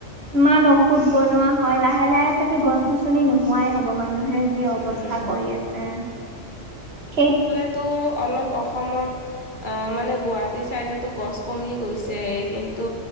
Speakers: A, on the right; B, on the left.
A: ইমান ঔষুধ বনোৱা হয়, লাহে লাহে চাগে গছ গছনি নোহোৱাই হ'ব মানুহে যি অৱস্থা
B: উম
A: কৰি আছে সেই
B: তটো অলপ অসমত আহ মানে গুৱাহাটী চাইডো গছ কমি গৈছে কিন্তু